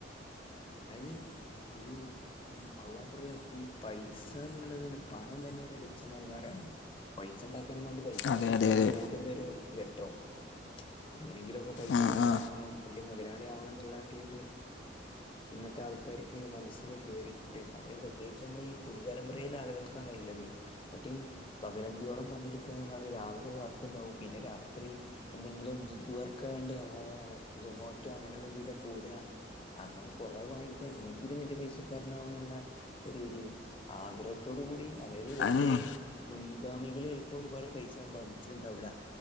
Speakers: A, on the left (about 30°); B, on the left (about 80°).
A: അതായത് ഒരു ഉം അതുമാത്രല്ല ഇപ്പോയീ പൈസാന്നുള്ളതിന് പണം തന്നെയൊരഡീക്ഷനായി മാറുകാണ് പൈസണ്ടാക്കാനും വേണ്ടി പൈസെന്റെ
B: അതെ
A: പിന്നാലെ
B: അതെ അതെ
A: ഓടുന്നൊരു ഘട്ടേം എങ്ങനെങ്കിലുമൊക്കെ പൈസാക്കാരനാകണം
B: ആ ആ
A: വല്യ മോതലാളിയാവണന്നുള്ള ഒരിത് ഇന്നത്തെയാൾക്കാര്ക്ക് മനസ്സില് കേറി ഇണ്ട് അത് പ്രത്യേകിച്ചു നമ്മളീപുതുതലമുറേലേയാളുകൾക്കാണുള്ളത് ന്നാട്ടി പകലന്തിയോളംപണിയെടുക്കുന്നവരാണ് ഈ രാവിലെ വർക്കുണ്ടാവും പിന്നെ രാത്രി എന്തെങ്കിലുംജിഗ്ഗു വർക്കിനുവേണ്ടി നമ്മളെ സൊമാറ്റോ അങ്ങനെള്ളതിലോക്കെ ഓട്കാ അങ്ങനെ കൊറെ പണിയെടുത്ത് എങ്ങനെങ്കിലും വല്യ പൈസാക്കാരനാവുന്നുള്ളരീതി ആഗ്രഹ ത്തോടുകൂടി അതായത് ഓന്റെ
B: അതിന്
A: മുൻഗാമികള് ചെലപ്പോ ഒരുപാടുപൈസ സമ്പാദിച്ചിട്ടുണ്ടാവുലാ